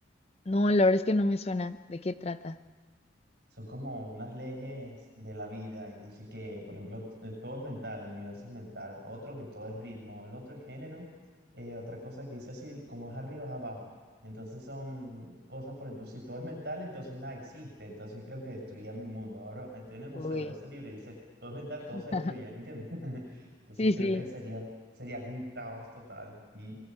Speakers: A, on the left; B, on the right.
A: No, la verdad es que no me suena. ¿De qué trata?
B: Son como unas leyes de la vida y dice que, por ejemplo, t- eh, todo es mental, el universo es mental, otro que todo es ritmo, el otro es género, eh, otra cosa que dice así, como es arriba es abajo. Entonces son cosas, por ejemplo, si todo es mental, entonces nada existe. Entonces creo que destruía mi mundo. Ahora estoy en el museo,
A: Uy,
B: ahora ese libro y dice, todo es mental,
A: <laughs>
B: todo se destruye, ¿entiendes? <laughs> Entonces
A: sí, sí.
B: creo que sería, sería un caos total. Y,